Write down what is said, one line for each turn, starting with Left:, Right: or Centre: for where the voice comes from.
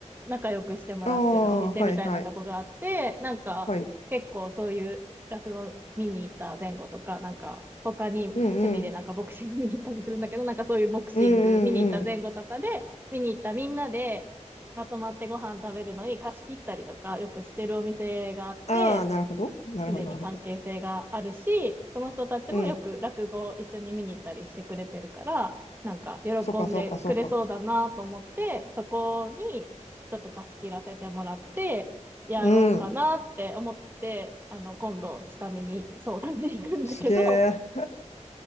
Right: 仲良くしてもらってるお店みたいなとこがあって、
Left: ああ、はいはい。
Right: なんか結構そういう落語見に行った前後とか、
Left: はい。
Right: なんか他に趣味でなんかボクシング見に行ったりするんだけど、
Left: うんうん。
Right: なんかそういうボクシング見に行った前後とかで、
Left: うんうんうん。
Right: 見に行ったみんなでまとまってご飯食べるのに貸し切ったりとかよくしてるお店があって、
Left: ああ、なるほど。なるほど、
Right: すでに関係性があるし、
Left: なるほど。
Right: その人たちもよく落語を一緒に見に行ったりしてくれてるから、
Left: うん。
Right: なんか喜んでくれそうだなと思って、
Left: そうか、そうか、そうか。
Right: そこにちょっと貸し切らせてもらって、やろうかなって思って、
Left: うん。
Right: あの、今度下見に相談に行くんだけど、
Left: すげえ。